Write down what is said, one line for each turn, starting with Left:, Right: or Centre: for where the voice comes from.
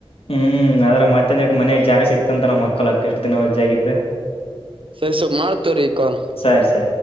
Left: ಹ್ಮ್ ಆದದ್ರೆ ಮತ್ತಂದ ಇಟ್ಟು ಮನ್ಯಾಗ ಜಾಗ ಸಿಕ್ತಂತ ನಮ್ಮ ಮಕ್ಕಳ ಅಕ್ಕ ಎಷ್ಟು ದಿನ ವಜ್ಜ ಆಗಿತ್ತು
Right: ಸ ಸೊ ಮಾಡ್ತೇ್ರೀ ಈ ಕಾಲ್
Left: ಸರಿ ಸರಿ